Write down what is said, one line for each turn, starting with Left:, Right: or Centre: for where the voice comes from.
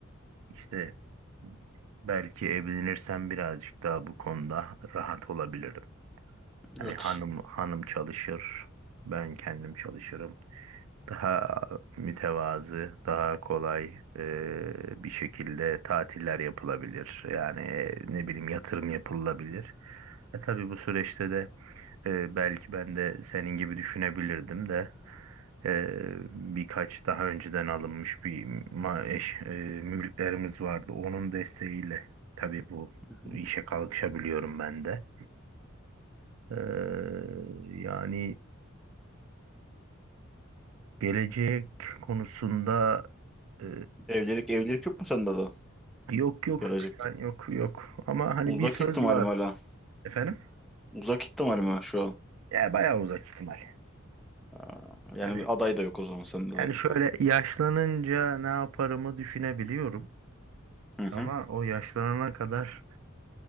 Right: işte belki evlenirsem birazcık daha bu konuda rahat olabilirim. Hani
Centre: evet.
Right: hanım hanım çalışır, ben kendim çalışırım. Daha mütevazı, daha kolay ee, bir şekilde tatiller yapılabilir. Yani e, ne bileyim yatırım yapılabilir. E tabii bu süreçte de ee, belki ben de senin gibi düşünebilirdim de ee, birkaç daha önceden alınmış bir ma eş, e, mülklerimiz vardı. Onun desteğiyle tabii bu
Centre: Hı hı.
Right: işe kalkışabiliyorum ben de. Ee, yani gelecek konusunda e,
Centre: Evlilik evlilik yok mu sende de
Right: yok yok
Centre: gelecekte?
Right: plan yok yok ama hani
Centre: Uzak
Right: bir söz
Centre: ihtimalim
Right: vardı
Centre: hala.
Right: efendim.
Centre: Uzak ihtimalim ha şu an.
Right: Ya bayağı uzak ihtimal.
Centre: Aa, Yani
Right: Yani
Centre: bir aday da yok o zaman sende
Right: yani
Centre: de.
Right: şöyle yaşlanınca ne yaparımı düşünebiliyorum.
Centre: Hı hı.
Right: Ama o yaşlanana kadar